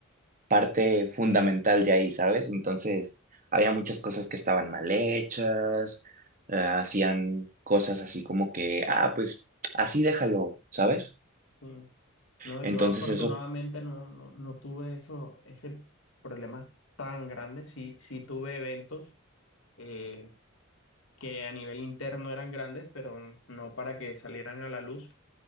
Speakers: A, on the right; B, on the left.
A: parte fundamental de ahí, ¿sabes? Entonces, había muchas cosas que estaban mal hechas, eh, hacían cosas así como que, ah, pues así déjalo, ¿sabes?
B: sí. No,
A: Entonces
B: yo afortunadamente
A: eso,
B: no, no, no tuve eso, ese problema tan grande. Sí, sí tuve eventos. eh, que a nivel interno eran grandes, pero n- no para que salieran a la luz.